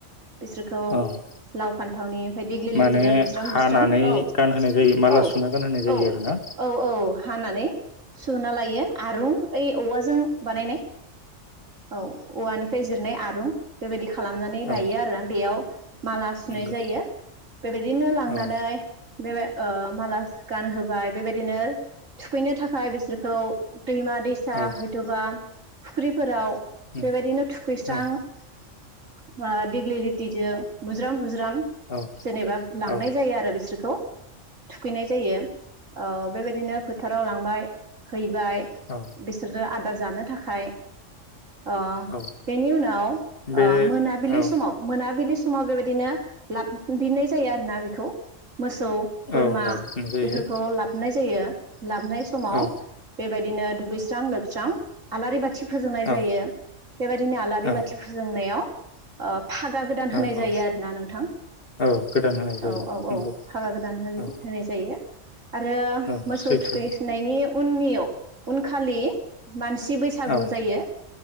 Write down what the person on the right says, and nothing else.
बिसोरखौ
लाव फान्थावनि ओमफ्राय दिग्लि लिथिदो
बुज्राम
बुज्राम औ
औ
औ
औ औ हानानै सुना लायो आरुं ओइ औवाजों बानायनाय औ औवानिफ्राय जिरनाय आरुं बेबायदि खा खालामनानै लायो
आरो बेयाव माला सुनाय
जायो बेबायदिनो लांनानै
बे ओ माला गानहोबाय बेबायदिनो थुखैनो थाखाय बिसोरखौ दैमा सा
हयथ'बा फुख्रिफोराव
बेबायदिनो थुखैस्रां
उम दिग्लिलितिजों बुज्राम बुज <unintelligible>
जेनेबा लांनाय
जायो आरो बिसोरखौ थुखैनाय जायो ओ बेबायदिनो फोथाराव लांबाय है बाय
बिसोरनो आदार जानो थाखाय ओ
बेनि उनाव
ओ मोनाबिलि
समाव मोनाबिलि स समाव बेबायदिनो लाबो फिन्नाय जायो आरोना बेखौ मोसौ, बोरमा
बेफोरखौ लाबोनाय जायो लाबोनाय समाव
बेबाय दिनो <unintelligible> दुस्रां लोबस्रां आलारि बा थि फोजोंनाय जायो
बेबायदिनो आलारि
बाथि फोजोंनायाव ओ फागा गोदान होनाय
जायो
आरोना नोंथां।
औ औ औ
फागा गोदान हो होनाय
जायो। आरो
मोसौ
थुखैसोनायनि उननियाव खालि मानसि बैसागु
जायो,